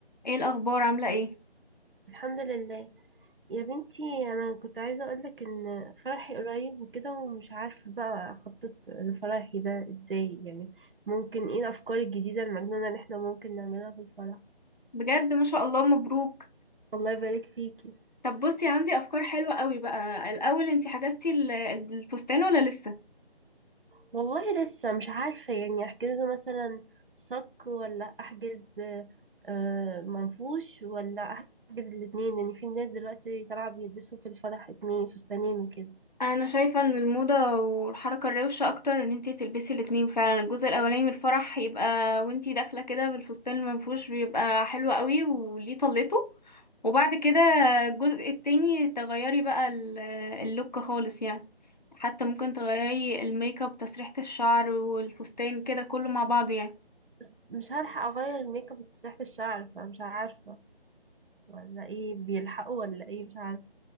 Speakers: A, on the left (about 45°); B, on the right (about 60°).
A: ايه الاخبار عامله ايه
B: الحمد لله يا بنتي انا كنت عايزه اقولك ان فرحي قريب وكده ومش عارفه بقى اخطط لفرحي ده ازاي يعني ممكن ايه الافكار الجديده المجنونه اللي احنا ممكن نعملها في الفرح
A: بجد ما شاء الله مبروك
B: الله يبارك فيكي
A: طب بصي عندي افكار حلوه قوي بقى الاول انتي حجزتي ال- الفستان ولا لسه
B: والله لسه مش عارفه يعني احجزه مثلا صك ولا احجز آه، منفوش ولا احجز الاتنين لان في ناس دلوقتي طالعه بيلبسوا في الفرح اتنين فستانين وكده
A: انا شايفه ان الموضه والحركه الروشه اكتر ان انتي تلبسي الاتنين فعلا الجزء الاولاني من الفرح يبقى وانتي داخله كده بالفستان المنفوش بيبقى حلو قوي وليه طلته وبعد كده الجزء التاني تغيري بقى ال- اللوك خالص يعني حتى ممكن تغيري الميك اب تسريحه الشعر والفستان كده كله مع بعضه يعني
B: بس مش هلحق اغير الميك اب وتسريحه الشعر فمش عارفه ولا ايه بيلحقوا ولا ايه مش عارف